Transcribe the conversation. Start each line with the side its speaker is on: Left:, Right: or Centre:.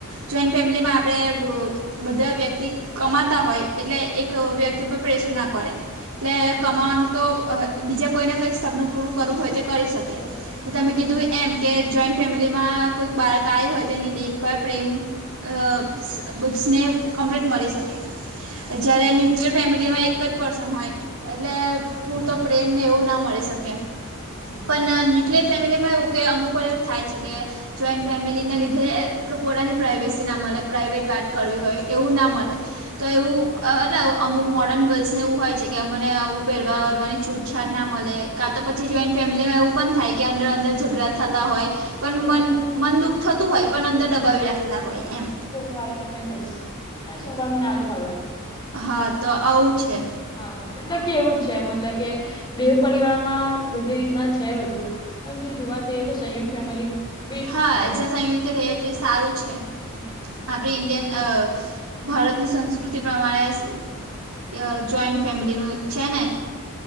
Right: જોઈન્ટ ફેમિલીમાં આપણે બધા વ્યક્તિ કમાતા હોય એટલે એક વ્યક્તિ પર પ્રેશર ના પડે એટલે કમાવાનું તો અ બીજા કોઈને કઈક સપનું પૂરું કરવું હોય તે કરી શકે.
Left: બીજા કોઈને પૂછી
Right: તમે
Left: લેજો
Right: કીધું એમ કે જોઈન્ટ ફેમિલીમાં કોઈક બાળક આયુ હોય તેની દેખભાળ પ્રેમ અ <unintelligible> સ્નેહ કમ્પ્લીટ મળી શકે. જયારે ન્યુક્લિયર ફેમિલીમાં એક જ પર્સન હોય. એટલે પૂરતો પ્રેમને એવું ના મળી શકે
Left: હમ હમ.
Right: પન ન્યુ ન્યુક્લિયર ફેમિલીમાં એવું કે અમુકવાર એવું થાય છે કે જોઈન્ટ ફેમિલીના લીધે એ પ્ર પોતાની પ્રાઇવેસી ના મલે પ્રાઇવેટ વાત કરવી હોય એવું ના મલે. તો એવુ <unintelligible> અમુક મોડર્ન ગર્લ્સ ને એવું હોય છે કે અમને આવું પેરવા હરવાની છૂટ છાટ ના મલે કા તો પછી જોઈન્ટ ફેમિલીમાં એવું પણ થાય કે અંદરો અંદર ઝઘડા થતા હોય પણ
Left: તમે
Right: મન
Left: બધાને પૂછી
Right: મન
Left: લેજો
Right: દુઃખ થતું
Left: જો કે
Right: હોય પણ
Left: ને તો
Right: અંદર
Left: હું તમને
Right: દબાવી રાખતા
Left: કવ
Right: હોય એમ.
Left: સોમવારે તમને કહીશ અ સોમવાર મને આવજો મલવા.
Right: હા તો આવું છે.
Left: હા હા મતલબ કે એવું જ છે મતલબ કે બેવ પરિવારમાં બધી રીતના છે બધુ. પણ જો જોવા જઈએ તો સંયુકત ફેમિલી બેસ્ટ
Right: હા
Left: છે.
Right: જ્યાં સંયુક્ત રહીયે તે સારું છે
Left: હમ હમ
Right: આપણે
Left: એ
Right: ઇન્ડિયન અ ભારતની સંસ્કૃતિ પ્રમાણે કે અ જોઈન્ટ ફેમિલીનું છે ને